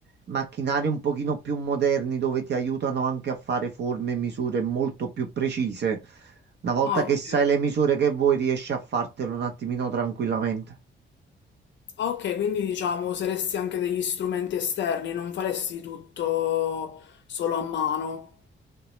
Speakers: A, on the right; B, on the left.
A: macchinari un pochino più moderni dove ti aiutano anche a fare forme e misure molto più precise, una volta
B: Ah, ok.
A: che sai le misure che vuoi riesci a fartelo un attimino tranquillamente.
B: Ah, ok, quindi diciamo useresti anche degli strumenti esterni, non faresti tutto solo a mano.